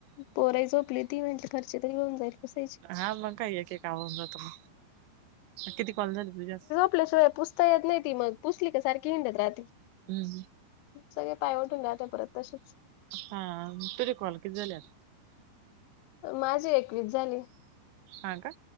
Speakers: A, on the left; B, on the right.
A: पोराही झोपली ती म्हणटली <inaudible> खर्च तरी होऊन जाईल कसायची
B: हा मग काही एक, एक का आव तुला किती कॉल झाली तुझ्या.
A: आपल्या सिवाय पुसता येत <inaudible> नाहीी मग पुसली का सारख हिंडत <inaudible> राह
B: हम्म...
A: सगळे पाय उठून <inaudible> घात परत तसेच
B: हा तुरी कॉल कि झाल्यात.
A: माझी एकवीस झाली.
B: हा का?